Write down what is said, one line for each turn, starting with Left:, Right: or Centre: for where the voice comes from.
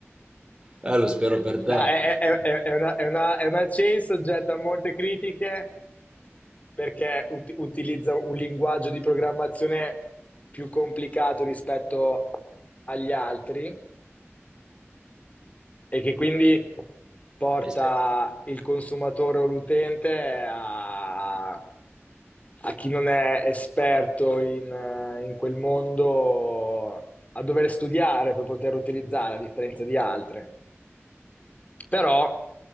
Right: Eh, lo spero per te.
Left: No, è, è- è- è una, è una- è una chain soggetta a molte critiche perché ut- utilizza un linguaggio di programmazione più complicato rispetto agli altri. e che quindi porta
Right: E se-
Left: il consumatore o l'utente a, a chi non è esperto in, eh, in quel mondo a dover studiare per poter utilizzare, a differenza di altre. Però,